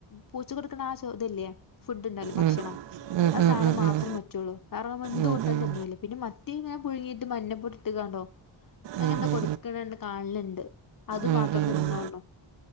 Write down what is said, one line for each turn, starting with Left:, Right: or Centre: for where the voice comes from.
Left: പൂച്ച കൊടുക്ക്ണ ആ ഇതല്ലേ ഫുഡ്ഡ് ഉണ്ടല്ലോ ഭക്ഷണം
Right: ഉം. ഉം
Left: ആ
Right: ഉം
Left: സാനം
Right: ഉം
Left: മാത്രം
Right: ഉം
Left: പറ്റുള്ളൂ വേറെ എന്ത്
Right: ഉം
Left: കൊടുത്താലും
Right: ഉം
Left: തിന്നൂല്ല പിന്നെ- <unintelligible> പീങ്ങ പുഴങ്ങിട്ട് മഞ്ഞപ്പൊടി ഇട്ട്ക്കാണ്ടോ അങ്ങെന്തൊ
Right: ഉം ഉം
Left: കൊടുക്കണണ്ട് കാണ്ല്ണ്ട് അത്
Right: ഉം
Left: മാത്രം
Right: ഉം
Left: തിന്നൊ
Right: ഉം.
Left: ആ